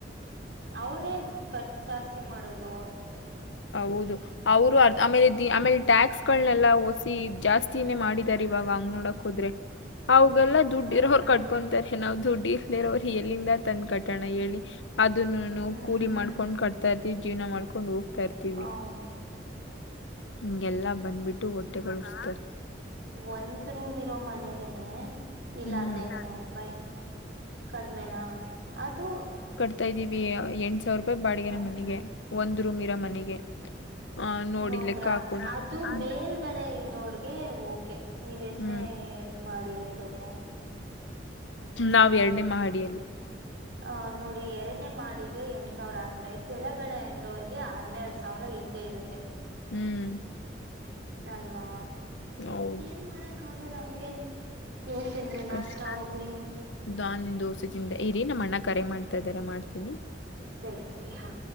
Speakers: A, on the right; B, on the left.
A: ಅವ್ರೇ ಖರ್ಚು ಜಾಸ್ತಿ ಮಾಡೋದು
B: ಹೌದು ಅವರು ಆಮೇಲೆ
A: ಹ್ಮ್
B: ಆಮೇಲೆ ಟ್ಯಾಕ್ಸ್ಗಳನೆಲ್ಲ <unintelligible> ಜಾಸ್ತಿನೇ
A: ಹ್ಮ್
B: ಮಾಡಿದ್ದಾರೆ ಇವಾಗ ಹಂಗ್ ನೋಡಕ್ ಹೋದ್ರೆ ಅವೆಲ್ಲಾ ದುಡ್ಡು
A: ಅದೇ
B: ಇರೋರು ಕಟ್ಕೊಂತಾರೆ ನಾವು ದುಡ್ಡಿಲ್ದೆ ಇರೋರು ಎಲ್ಲಿಂದ ತಂದ ಕಟ್ಟಣ ಹೇಳಿ ಅದನ್ನು
A: ಹ್ಮ್
B: ಕೂಲಿ ಮಾಡ್ಕೊಂಡ್ ಕಟ್ತಾ ಇರ್ತಿವಿ ಜೀವನ ಮಾಡ್ಕೊಂಡ್ ಹೋಗ್ತಾ ಇರ್ತೀವಿ
A: ಹೌದು
B: ಹಿಂಗೆಲ್ಲಾ ಬಂದ್ಬಿಟ್ಟು ಹೊಟ್ಟೆಗಳ್ಸ್ತಾರೆ
A: ಒಂದು ರೂಮ್ ಇರೋ ಮನೆಗೆನೆ ಇಲ್ಲ
B: ಹ್ಮ್
A: ಹದ್ನೈದ ಸಾವಿರ ರೂಪಾಯಿ ಕಡಿಮೆನಾ ಅದು
B: <unintelligible> ಇದ್ದೀವಿ ಎಂಟ ಸಾವಿರ ರೂಪಾಯಿ ಬಾಡಿಗೆ
A: ಹ್ಮ
B: ನಮ್ ಮನೆಗೆ ಒಂದ್ ರೂಮ್ ಇರ ಮನೆಗೆ ಆ ನೋಡಿ
A: ನೋಡಿದ್ರ
B: ಲೆಕ್ಕ ಹಾಕೊಳ್ಳಿ
A: ಅದು
B: ಹ್ಮ್
A: ಮೇಲ್ಗಡೆ ರೊರ್ಗೆ ಓಕೆ ನೀವ ಎಷ್ಟ್ನೇ
B: ಹ್ಮ್
A: ಮಹಡಿಯಲ್ಲಿರೋದು
B: ನಾವ್ ಎರಡನೇ ಮಹಡಿಯಲ್ಲಿ
A: ಆ ನೋಡಿ ಎರನೇ ಮಾಹಡಿಗೆ ಎಂಟ್ ಸಾವಿರ ಅಂದ್ರೆ ಕೆಳಗಡೆ ಇರೋವ್ರಗೆ ಹನ್ನೆರಡು ಸಾವಿರ ಸಾವಿರ ಇದ್ದೇ ಇರುತ್ತೆ
B: ಹ್ಮ್
A: ಅಲ್ವಾ
B: ಹೌದ್
A: ಏನ್ ಮಾಡಕ್ ಆಗಲ್ಲ ಹಂಗೇನೆ. ಏನ್ ತಿಂದ್ರಿ ನಾಷ್ಟ
B: ಕಷ್ಟ
A: ಹೋಗ್ಲಿ. <inaudible>
B: ನಾನ್ ದೋಸೆ ಇರಿ ನಮ್ಮ ಅಣ್ಣ ಕರೆ ಮಾಡ್ತಾ ಇದ್ದಾರೆ ಮಾಡ್ತೀನಿ.
A: ಸರಿ ಸರಿ ಹಾ